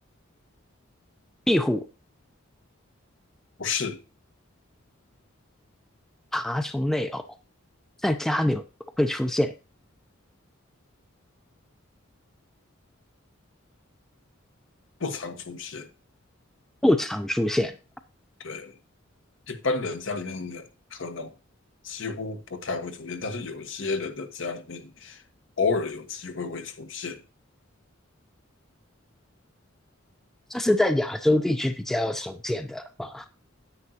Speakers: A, in the centre; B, on the left (about 65°).
A: 壁虎、
B: 不是，
A: 爬虫类哦，在家里会出现，
B: 不常出现，
A: 不常出现。
B: 对，一般人家里面的可能几乎不太会出现，但是有些人的家里面偶尔有机会会出现，
A: 它是在亚洲地区比较常见的吧？